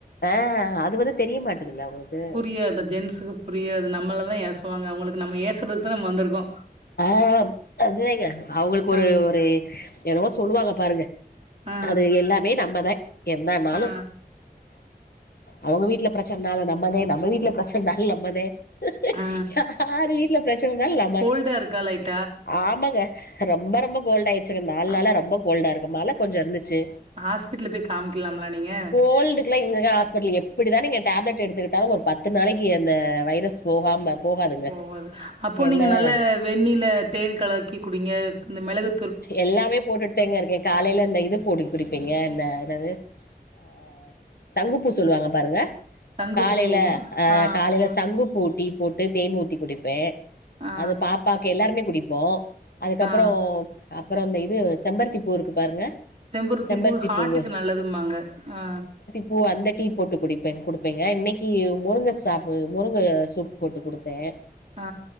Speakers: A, on the left; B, on the right.
A: அ அது வந்து தெரிய மாட்டதுல்ல அவுங்களுக்கு
B: தெரியாது ஜென்ட்ஸுக்கு புரியாது நம்மள தா ஏசுவாங்க அவுங்களுக்கு நம்ம ஏசுறத்துக்கு தா நம்ம வந்திருக்கோ
A: அ அதுதங்க அவுங்களுக்கு ஒரு
B: ஆ
A: ஒரு என்னவோ சொல்லுவாங்க பாருங்க
B: ஆ
A: அது எல்லாமே நம்மதே என்னனாலு
B: ஆ
A: அவுங்க வீட்ல பிரச்சனாலு நம்மதே நம்ம வீட்ல பிரச்சனாலு நம்மதே
B: ஆ
A: யார் வீட்ல பிரச்சனனாலு நம்ம
B: அங்க தா இருக்காளா இப்
A: ஆமாங்க ரொம்ப ரொம்ப கோல்ட் ஆயிடுச்சுருங்க நால்
B: அ
A: நாளா ரொம்ப கோல்டா இருக்கு மழ கொஞ்சோ இருந்துச்சு
B: ஹாஸ்பிட்ல்ல போய் காமிக்கலாம்லா நீங்க
A: கோல்டுக்லா எங்கங்க ஹாஸ்பிட்டல் எப்படி தா நீங்க டேப்லெட் எடுத்துக்கிட்டாலு ஒரு பத்து நாளைக்கு அந்த வைரஸ் போகாம போகாதுங்க
B: ஓவது அப்போ
A: என்னதா
B: நீங்க நல்ல வெண்ணில தேன் கலக்கி குடிங்க இந்த மிளகு
A: எல்லாமே போட்டுட் தாங்க இருக்கே காலைல அந்த இது பொடி குடிப்பேங்க இந்த என்னது அ ஆ சங்குப்பூ சொல்லுவாங்க பாருங்க
B: சங்குப்பூ
A: காலைல அ
B: ஆ
A: காலைல சங்குப்பூ டீ போட்டு தேன் ஊத்தி குடிப்பே
B: ஆ
A: அது பாப்பாக்கு எல்லாருமே குடிப்போ அதுக்கப்பறோ
B: ஆ
A: அப்புறோ இந்த இது செம்பருத்தி பூ இருக்கு பாருங்க
B: தெம்புருத்தி
A: செம்பருத்தி
B: பூ ஹாட்டுக்கு
A: பூவு
B: நல்லதுமாங்க ஆ
A: பூ அந்த டீ போட்டு குடிப்பே குடுப்பேங்க இன்னைக்கி முருங்கை சாப்பு முருங்கை சூப் போட்டு குடுத்தே
B: ஆ